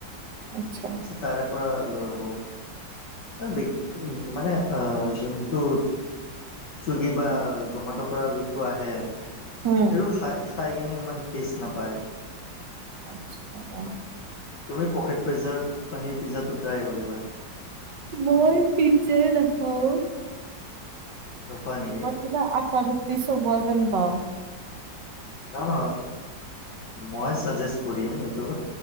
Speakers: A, on the right; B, on the left.
A: আচ্ছা।
B: তাৰে পৰা লৈ আহো অ', <unintelligible> মানে আহ যোনটো চুইগী বা জমটোৰ পৰা যোনটো আহে হেতো
A: হুম,
B: খাই, খাই কেনে ইমান টেষ্ট নাপায়।
A: আচ্ছা <unintelligible>
B: তুমি পকেট প্ৰেজাৰ, পনীৰ পিজ্জাটো ট্ৰাই কৰিবা।
A: মই পিজ্জাএ নেখাওঁ।
B: নোখোৱা নেকি?
A: কিবা আটা ৰুটি চবোৱা যেন পাওঁ।
B: ন-ন মই চাজেষ্ট কৰিম এইটো।